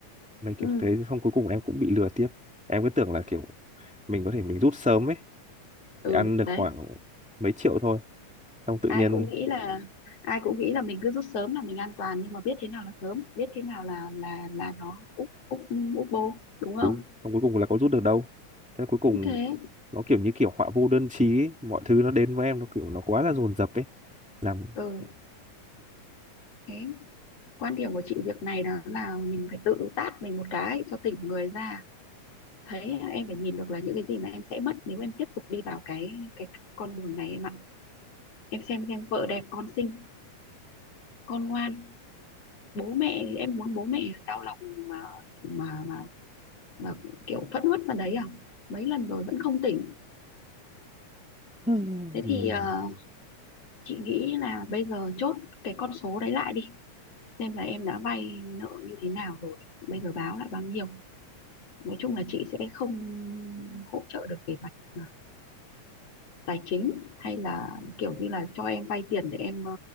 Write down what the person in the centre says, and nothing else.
mấy kiểu
thế xong cuối cùng em cũng bị lừa tiếp em cứ tưởng là kiểu mình có thể mình rút sớm ấy
thì ăn được
khoảng mấy triệu thôi xong tự
nhiên
ừ,
xong cuối cùng là có rút được đâu thế là cuối cùng
nó kiểu như kiểu họa vô đơn chí ấy. mọi thứ nó đến với em nó kiểu nó quá là dồn dập ấy làm
Ừ.
ừ,